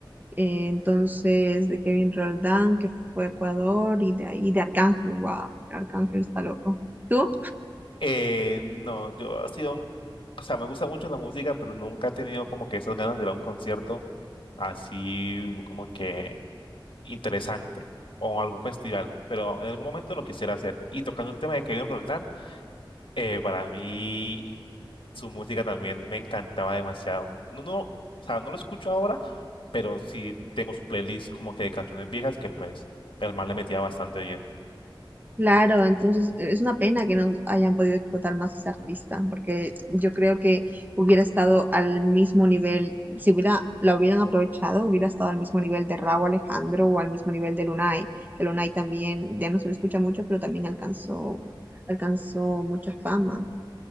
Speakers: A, on the right; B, on the left.
A: eh, entonces de Kevin Roldán, que fue a Ecuador, y de, y de Arcángel, wow, Arcángel está loco. ¿Tú?
B: Eh, no, yo ha sido, un- o sea, me gusta mucho la música, pero nunca he tenido como que esas ganas de ir a un concierto así como que interesante o algún festival, pero en algún momento lo quisiera hacer. Y tocando el tema de Kevin Roldán, eh, para mí su música también me encantaba demasiado. No, no, o sea, no lo escucho ahora, pero sí tengo su playlist como que de canciones viejas que pues el man le metía bastante bien.
A: Claro, entonces eh, es una pena que no hayan podido explotar más a ese artista, porque yo creo que hubiera estado al mismo nivel, si hubiera, la hubieran aprovechado, hubiera estado al mismo nivel de Rauw Alejandro o al mismo nivel de Lunay, que Lunay también, ya no se le escucha mucho, pero también alcanzó, alcanzó mucha fama.